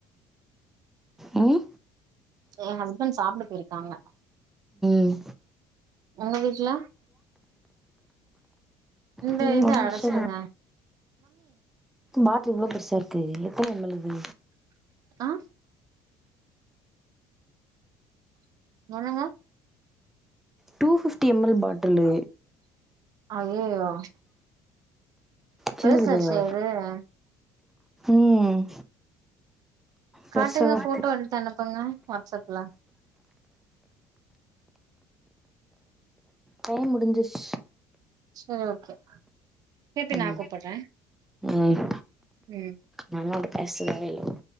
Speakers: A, in the centre; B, on the right.
A: ம்
B: என் ஹஸ்பெண்ட் சாப்ட போயிருக்காங்க
A: ம்
B: உங்க வீட்ல இந்த
A: ம்
B: இத
A: ஒரு நிமிஷோ
B: அடச்சிருங்க
A: பாட்லு இவ்ளோ பெருசா இருக்கு எத்தன எம் எல் இது
B: ஆ என்னங்க
A: two fifty M L bottle
B: ஐயையோ
A: சின்னதில்லையா
B: பெருசாச்சே இது
A: ம்
B: காட்டுங்க
A: பெருசாதா
B: ஃபோட்டோ
A: இருக்கு
B: எடுத்து அனுபுங்க வாட்ஸ்சப்ல
A: டைம் முடிஞ்சிருச்சு
B: சரி ஓகே திருப்பி
A: ம்
B: நா கூப்பிடுறே
A: ம்
B: ம்
A: நாலா பேசவே இல்ல